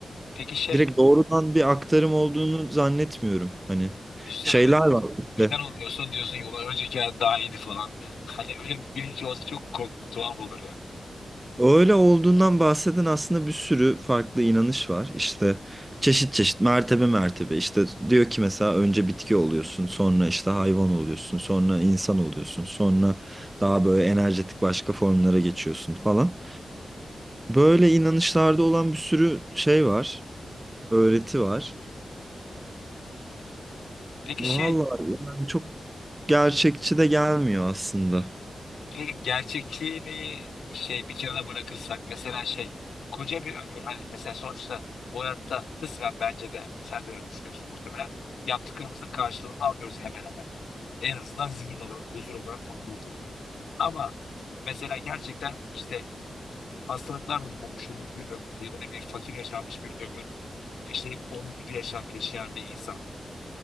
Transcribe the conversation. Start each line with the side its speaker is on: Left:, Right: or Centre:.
Left: Peki şey
Right: direkt doğrudan bir aktarım olduğunu zannetmiyorum. Hani
Left: düşünsene
Right: şeyler
Left: mesela
Right: var işte.
Left: fidan oluyorsun diyorsun ki ulan önceki hayat daha iyiydi falan. <laughs> Hani öyle bir bilinci olsa çok kork- tuhaf olur yani.
Right: Öyle olduğundan bahseden aslında bir sürü farklı inanış var. İşte çeşit çeşit mertebe mertebe işte diyor ki mesela önce bitki oluyorsun sonra işte hayvan oluyorsun sonra insan oluyorsun sonra daha böyle enerjetik başka formlara geçiyorsun falan. Böyle inanışlarda olan bir sürü şey var öğreti var.
Left: Peki
Right: Vallahi
Left: şey,
Right: yani çok gerçekçi de gelmiyor aslında.
Left: peki gerçekçiliği şey bir kenara bırakırsak mesela şey koca bir ömür hani mesela sonuçta bu hayatta kısmen bence de sen de öyle düşünüyorsun muhtemelen yaptıklarımızın karşılığını alıyoruz hemen hemen. En azından zihin olarak, huzur olarak, mutluluk olarak. Ama mesela gerçekten işte hastalıklarla boğuşulmuş bir ömür ya da ne bir fakir yaşanmış bir ömür yaşayıp onurlu bir yaşam yaşayan bir insan.